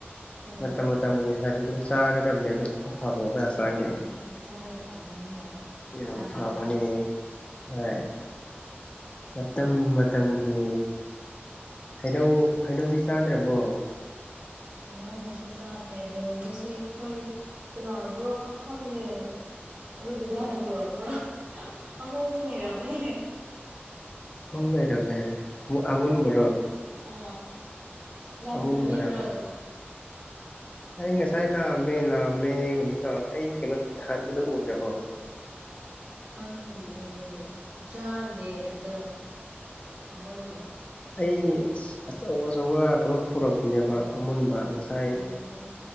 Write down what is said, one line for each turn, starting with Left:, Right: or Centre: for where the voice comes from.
Right: ꯎꯝ
Left: ꯃꯇꯝ ꯃꯇꯝꯒꯤ ꯈꯔꯗꯤ ꯑꯗꯨꯝ ꯆꯥꯒꯗꯕꯅꯦ ꯑꯗꯨꯝ ꯐꯕꯅꯦ ꯑꯩꯈꯣꯏ ꯄꯥꯡꯒꯦ
Right: ꯎꯝ ꯍꯛꯆꯥꯡꯒꯤ ꯐꯕꯅꯤ ꯍꯣꯏ
Left: ꯌꯥꯝ
Right: ꯆꯥꯒꯗꯕꯅꯤ
Left: ꯐꯕꯅꯦ ꯍꯣꯏ
Right: ꯎ
Left: ꯃꯇꯝ ꯃꯇꯝꯒꯤ ꯍꯩꯅꯧ ꯍꯩꯅꯧꯗꯤ ꯆꯥꯗ꯭ꯔꯕꯣ
Right: ꯏꯩꯅꯧ ꯉꯁꯤ ꯆꯥꯗ꯭ꯔꯦ ꯔꯨꯝꯗ ꯁꯤ ꯑꯩꯈꯣꯏ ꯀꯅꯥꯅ ꯄꯨꯔꯛꯄ꯭ꯔꯣ ꯈꯪꯗꯦ ꯑꯗꯨꯗꯨꯗ ꯍꯥꯟꯅ ꯄꯨꯔꯛꯄ꯭ꯔꯥ ꯑꯍꯨꯝꯗꯤ ꯂꯩꯔꯝꯃꯦ
Left: ꯍꯣꯝ ꯂꯩ ꯇꯃꯦ ꯑꯨꯟꯕꯣ
Right: ꯑ ꯅꯪꯅ
Left: ꯑꯃꯨꯟꯕꯔꯕ
Right: ꯊꯥꯕꯤꯕ꯭ꯔꯣ
Left: ꯑꯩ ꯉꯁꯥꯏ ꯂꯥꯛꯑꯝꯃꯦ ꯂꯥꯛꯑꯝꯃꯦ ꯀꯩꯅꯣ ꯇꯧꯔꯒ ꯑꯩꯒꯤ ꯀꯩꯅꯣ ꯊꯥꯒꯠꯄꯗꯨꯣ ꯎꯗ꯭ꯔꯕꯣ
Right: ꯈꯪꯂꯤꯅꯦ ꯑꯩꯗꯤ ꯆꯥꯗꯦ ꯑꯗꯣ ꯊꯝꯂꯒ ꯂꯩ
Left: ꯑꯩ ꯑꯆꯧ ꯑꯆꯧꯕ ꯀꯩꯅꯣ ꯄꯨꯔꯛꯄꯅꯦꯕ ꯑꯃꯨꯟꯕ ꯉꯁꯥꯏ
Right: ꯑꯣ